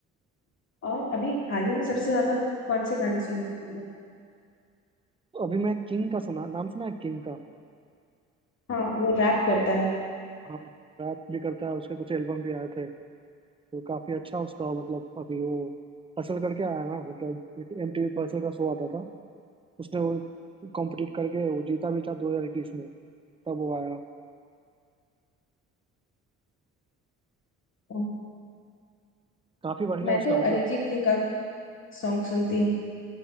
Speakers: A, on the left; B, on the right.
A: और अभी हाल ही में सबसे ज्यादा कौन से गाने सुने थे तुमने
B: अभी मैं किंग का सुना नाम सुना है किंग का
A: हाँ वो रैप करता है
B: हाँ रैप भी करता है उसके कुछ एल्बम भी आए थे तो काफी अच्छा उसका मतलब अभी वो हसल करके आया ना मतलब एक एमटीवी पर हसल का शो आता था उसने वो कॉम्पिटिट करके वो जीता भी था 2021 में तब वो आया
A: और
B: काफी बढ़िया
A: मैं
B: उसका
A: तो
B: मतलब
A: अरिजीत सिंह का सॉन्ग सुनती हूँ